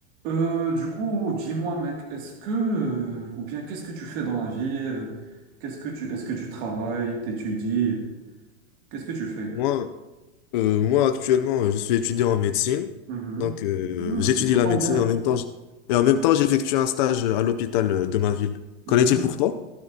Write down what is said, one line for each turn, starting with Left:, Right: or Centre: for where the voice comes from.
Right: Euh, du coup, dis-moi, mec, est-ce que, euh, ou bien qu'est-ce que tu fais dans la vie? euh, Qu'est-ce que tu, est-ce que tu travailles, t'étudies? euh, Qu'est-ce que tu fais?
Left: Moi, euh, moi actuellement, je suis étudiant en médecine.
Right: Mhm.
Left: Donc, euh,
Right: Hmm,
Left: j'étudie
Right: ça
Left: la
Right: tombe
Left: médecine
Right: bien.
Left: et en même temps, j- et en même temps, j'effectue un stage à l'hôpital euh, de ma ville.
Right: Mhm.
Left: Qu'en est-il pour toi?